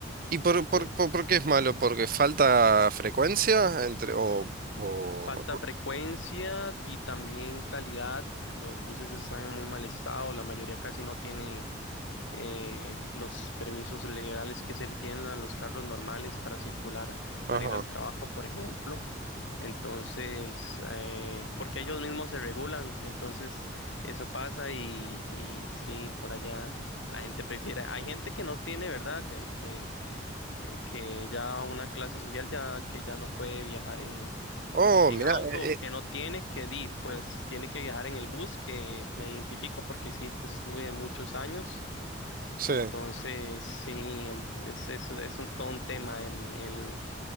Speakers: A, on the right; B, on the left.
A: ¿Y por,
B: Entonces,
A: por, por, por qué es malo? ¿Porque falta frecuencia entre o, o-
B: falta frecuencia y también calidad, los buses están en muy mal estado, la mayoría casi no tiene eh, los permisos legales que se le piden a los carros normales para circular,
A: ajá.
B: para ir al trabajo, por ejemplo. Entonces, eh, porque ellos mismos se regulan, entonces eso pasa y, y sí, por allá la gente prefiere. Hay gente que no tiene, ¿verdad? Que, que, que ya una clase social ya que ya no puede viajar en,
A: Oh,
B: en
A: mirá,
B: auto
A: eh,
B: o que
A: eh,
B: no tiene, que di, pues tiene que viajar en el bus, que me identifico porque sí, estuve muchos años
A: sí.
B: entonces, sí, en- es, es, es un, todo un tema el, el,